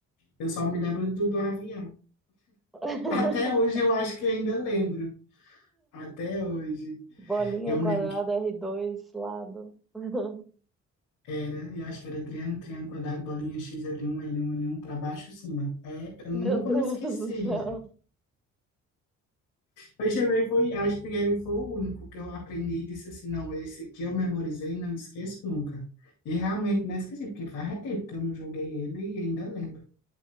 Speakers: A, on the left; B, in the centre.
A: Eu só me lembro do do avião.
B: <laughs>
A: Até hoje eu acho que ainda lembro. Até hoje.
B: Bolinha
A: Eu lembro
B: quadrada
A: que
B: r dois lado. <laughs>
A: era, eu acho que era triângulo, triângulo, quadrado, bolinha, X, l um l um l um para baixo, cima. É, eu nunca
B: Meu Deus
A: me esqueci
B: do céu.
A: Christian Grey foi, acho que ele foi o único que eu aprendi e disse assim, não, esse aqui eu memorizei e não esqueço nunca. E realmente não esqueci, porque faz tempo que eu não joguei ele e ainda lembro.